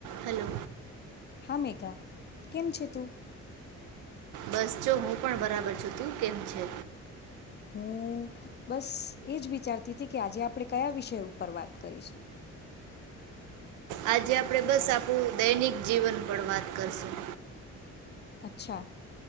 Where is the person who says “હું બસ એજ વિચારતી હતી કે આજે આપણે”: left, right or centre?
Left